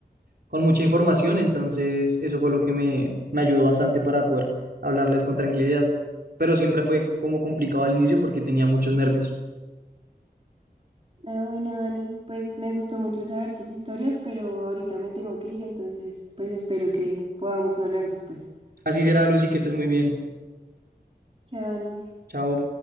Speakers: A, on the right (about 60°); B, on the right (about 35°).
A: con mucha información, entonces eso fue lo que me, me ayudó bastante para poder hablarles con tranquilidad, pero siempre fue como complicado al inicio porque tenía muchos nervios.
B: Ah, bueno, Dani, pues me gustó mucho saber tus historias, pero ahorita me tengo que ir, entonces, pues espero que podamos hablar después.
A: Así será, Lucy, que estés muy bien.
B: Chao, Dani.
A: Chao.